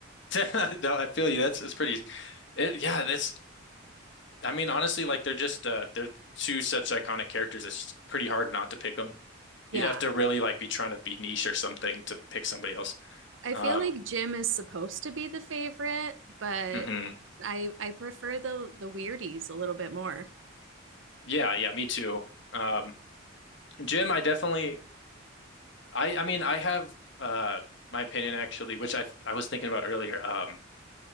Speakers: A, on the left; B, on the right.
A: <laughs> No, I feel you. That's it's pretty easy. It, yeah, that's I mean honestly like they're just uh they're two such iconic characters it's pretty hard not to pick them.
B: yeah
A: You'd have to really like be trying to be niche or something to pick somebody else.
B: I
A: Um
B: feel like Jim is supposed to be the favorite, but
A: mhm.
B: I I prefer the the weirdies a little bit more.
A: Yeah, yeah, me too. Um Jim, I definitely I I mean I have uh my opinion actually, which I I was thinking about earlier. Um,